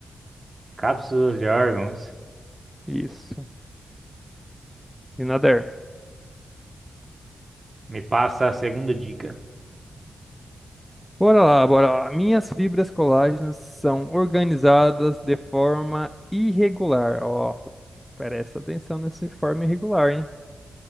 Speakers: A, on the right; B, in the centre.
A: Cápsulas de órgãos.
B: Isso. E na derme.
A: Me passa a segunda dica.
B: Bora lá, bora lá. Minhas fibras colágenas são organizadas de forma irregular. Ó, presta atenção nessa forma irregular, hein?